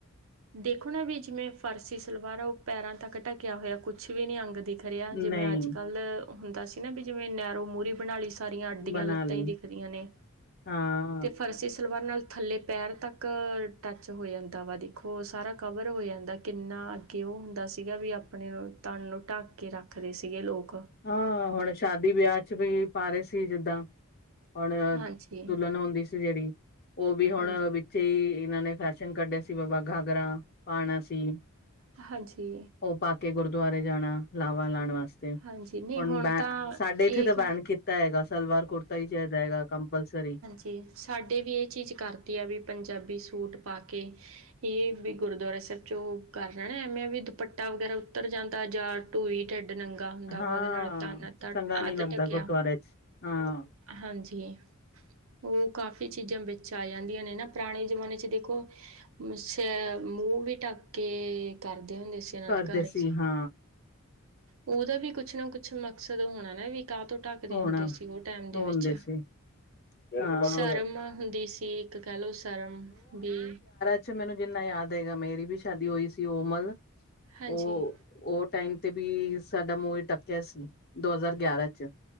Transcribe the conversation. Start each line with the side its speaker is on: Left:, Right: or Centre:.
Right: ਦੇਖੋ ਨਾ ਵਿਚ ਮੈਂ ਫਰਸੀ ਸਲਵਾਰ ਆ ਉਹ ਪੈਰਾਂ ਤੱਕ ਢਕਿਆ ਹੋਇਆ ਕੁਛ ਵੀ ਨੀ ਅੰਗ ਦਿ ਰਿਆ ਜਿਵੇਂ
Left: ਨਹੀਂ
Right: ਅੱਜ ਕੱਲ ਹੁੰਦਾ ਸੀ ਨਾ ਵੀ ਜਿਵੇਂ ਨੈਰੋ ਮੂਹਰੀ ਬਣਾ ਲਈ ਸਾਰੀਆਂ ਅੱਡੀਆਂ
Left: ਬਣਾ
Right: ਲੱਤਾਂ
Left: ਲਈ
Right: ਹੀ ਦਿਖਦੀਆਂ ਨੇ।
Left: ਹਾਂ
Right: ਤੇ ਫਰਸੀ ਸਲਵਾਰ ਨਾਲ ਥੱਲੇ ਪੈਰ ਤੱਕ ਟੱਚ ਹੋ ਜਾਂਦਾ ਵਾ ਦੇਖੋ ਸਾਰਾ ਕਵਰ ਹੋ ਜਾਂਦਾ ਕਿੰਨਾ ਅੱਗੇ ਉਹ ਹੁੰ ਦਾ ਸੀਗਾ ਵੀ ਆਪਣੇ ਨੂੰ ਤਨ ਨੂੰ ਢੱਕ ਕੇ ਰੱਖਦੇ ਸੀਗੇ ਲੋਕ
Left: ਹਾਂ ਹੁਣ ਸ਼ਾਦੀ ਵਿਆਹ 'ਚ ਵੀ ਪਾ ਰਹੇ ਸੀ ਜਿੱਦਾਂ ਹੁਣ
Right: ਹਾਂਜੀ
Left: ਦੁਲਨ ਹੁੰਦੀ ਸੀ ਜਿਹੜੀ ਉਹ ਵੀ ਹੁਣ
Right: ਹਾਂਜੀ
Left: ਵੀ ਸ ਇਹਨਾਂ ਨੇ ਫੈਸ਼ਨ ਕੱਢਿਆ ਸੀ ਬਾਬਾ ਘਾਗਰਾ ਪਾਣਾ ਸੀ।
Right: ਹਾਂਜੀ
Left: ਉਹ ਪਾ ਕੇ ਗੁਰਦੁਆਰੇ ਜਾਣਾ ਲਾਵਾ ਲਾਣ ਵਾਸਤੇ
Right: ਹਾਂਜੀ ਨਹੀਂ
Left: ਹੁਣ ਬੈ
Right: ਤਾਂ
Left: ਸਾਡੇ
Right: ਇਹ
Left: ਇੱਥੇ ਤਾਂ ਬੈਨ ਕੀਤਾ ਹੈਗਾ ਸਲਵਾਰ ਕੁੜਤਾ ਹੀ ਚਾਹੀਦਾ ਹੈਗਾ ਕੰਪਲਸਰੀ
Right: ਜ ਸਾਡੇ ਵੀ ਇਹ ਚੀਜ਼ ਕਰਤੀ ਆ ਵੀ ਪੰਜਾਬੀ ਸੂਟ ਪਾ ਕੇ ਇਹ ਵੀ ਗੁਰਦੁਆਰਾ ਸਾਹਿਬ 'ਚੋਂ ਕਰ ਰਹਿਣਾ ਐਵੇਂ ਵੀ ਦੁਪੱਟਾ ਵਗੈਰਾ ਉੱਤਰ ਜਾਂਦਾ ਜਾ ਢੂਈ ਢਿੱਡ ਨੰਗਾ ਹੁੰਦਾ
Left: ਹਾਂ
Right: ਵਾ ਉਹਦੇ ਨਾਲ ਤਨ
Left: ਚੰਗਾ ਨੀ
Right: ਅੱਧ
Left: ਲੱਗਦਾ
Right: ਢੱਕਿਆ।
Left: ਗੁਰਦੁਆਰੇ ਚ ਹਾਂ
Right: ਹਾਂਜੀ ਉਹ ਕਾਫ਼ੀ ਚੀਜ਼ਾਂ ਵਿੱਚ ਆ ਜਾਂਦੀਆਂ ਨੇ ਨਾ ਪੁਰਾਣੇ ਜਮਾਨੇ 'ਚ ਦੇਖੋ। <inaudible> ਛ ਮੂੰਹ ਵੀ ਢੱਕ ਕੇ ਕਰਦੇ ਹੁੰਦੇ ਸੀ। ਇਹਨਾਂ
Left: ਕਰਦੇ
Right: ਦੇ ਘਰ
Left: ਸੀ
Right: 'ਚ
Left: ਹਾਂ।
Right: ਉਹਦਾ ਵੀ ਕੁਛ ਨਾ ਕੁਛ ਮਕਸਦ ਹੋਣਾ ਨਾ ਵੀ ਤਾਂ ਤੋਂ ਢੱਕਦੇ
Left: ਹੋਣਾ
Right: ਹੁੰਦੇ ਸੀ ਉਹ ਟਾਈਮ ਦੇ
Left: ਹੋਣਦੇ
Right: ਵਿੱਚ
Left: ਸੀ ਹਾਂ
Right: ਸ਼ਰਮ ਹੁੰਦੀ ਸੀ ਇੱਕ ਕਹਿ ਲਓ ਸ਼ਰਮ ਬੀ
Left: ਅੱਛਾ ਮੈਨੂੰ ਜਿੰਨਾ ਯਾਦ ਹੈਗਾ ਮੇਰੀ ਵੀ ਸ਼ਾਦੀ ਹੋਈ ਸੀ ਉਹ ਮਲ
Right: ਹਾਂਜੀ
Left: ਉਹ ਉਹ ਟਾਈਮ ਤੇ ਵੀ ਸਾਡਾ ਮੂੰਹ ਵੀ ਟੱਕਿਆ ਸੀ ਦੋ ਹਜ਼ਾਰ ਗਿਆਰਾਂ 'ਚ